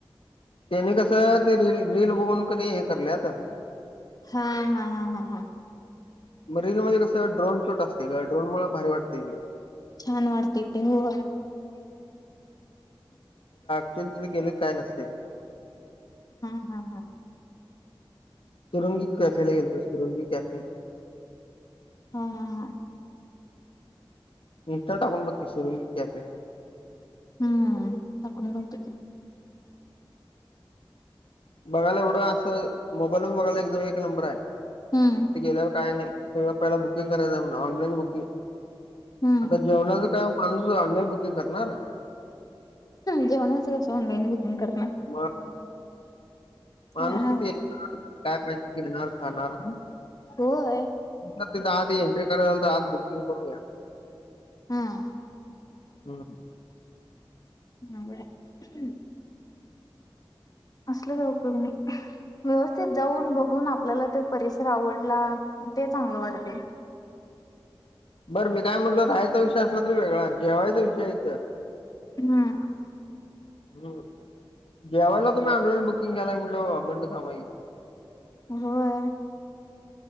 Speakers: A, on the left (about 80°); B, on the left (about 45°).
A: त्यानी कस ते र रील बघून क नाही हे करलयाता.
B: हा हा हा हा हा
A: मरीन मध्ये कसं ड्रोन छोट असते का ड्रोन मु भारी वाटते.
B: छान वातेटे हो.
A: न तिथे गेले काय नसते.
B: हम्म हम्म हम.
A: सुुरंगी कॅफेला गेलो सुुरुंगित कॅफे
B: हा हा हा.
A: निष्ठा टाकून बघकी शरुंगी कॅपे
B: हम्म तकण बोलतो की
A: बघायला एवढं असं मोबाईल पण बघायला एक दो एक नंबर आहे. ते
B: हम्म
A: गेल्यावर काय नाही. होळ पहिला बुकिंग करायच आहे म्हण ऑनलाईन बुकिंग
B: हम्म
A: आता जेवणाचा टाइम म्हणूस ऑनलाईन बुकिंग करणार.
B: जेवणाचं कसं ऑनलाईन बुकिंग करणार
A: मग माणूस
B: हा
A: तर
B: होतंय.
A: <unintelligible> ये काय पाहिजे घेणार खाणार
B: होय.
A: आ एंट्री करायलाल तर आज बुकिंग करूया
B: हम्म.
A: हम्म.
B: आवड हाय. असल काय उपयोग नाही. व्यवस्थित जाऊन बघून आप आपल्याला त परिसर आवडला ते चांगलं वाटते.
A: बरं मी काय म्हटल राहायचा विषय असला तरी वेगळा जेवायचा विषय इथ
B: हा
A: हम्म जेवायला तुम्ही ऑनलाईन बुकिंग कलाय म्हटलं बंड का माहि
B: होय.